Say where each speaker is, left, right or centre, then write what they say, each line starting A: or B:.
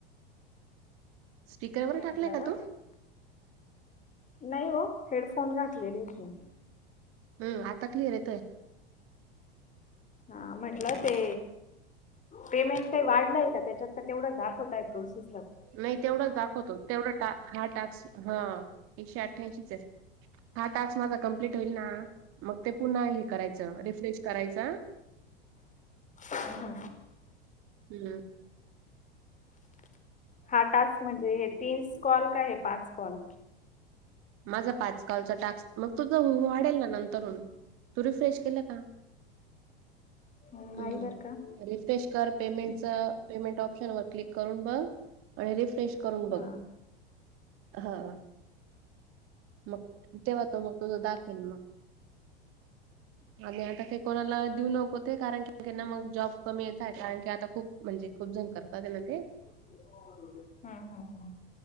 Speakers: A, on the right; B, on the left.
A: स्पीकरवर
B: म्हटलं
A: टाकलाय का तू
B: नाही हो हेडफोन घातलेले आहेत मी
A: हम् आता कलीिर येतय
B: हा म्हटलं ते, पेमेंट काही वाढलंय का त्याच्यात का तेवढाच दाखवतय प्रोसेस
A: नाही तेवढंच दाखवतो तेवढं टा हा टास्क हा एकशे अठ्ठ्यांशीच आहे हा टास्क माझा कम्प्लीट होईल ना, मग ते पुन्हा हे करायचं रिफ्रेश करायचं.
B: अन.
A: हम्म
B: हा टास्क म्हणजे हे तीन कॉल काय हे पाच कॉल
A: माझा पाचकालचा टास्क मग तुझं वाढेल ना नंतरून तू रिफ्रेश केलं का?
B: ह नाही
A: हम्म
B: बरं काय
A: रिफ्रेश कर पेमेंटच पेमेंट ऑप्शन वर क्लिक करून बघ. आणि रिफ्रेश करून बघ
B: हा
A: हा मग तेव्हा तो मग तुझं दाखवेल मग
B: हम
A: आणि आता काही कोणाला देऊ नको ते कारण कीना मग जॉब कमी येत आहे कारण की आता खूप म्हणजे खूप जण करतात त्यांना ते
B: हम्म हम्म हम्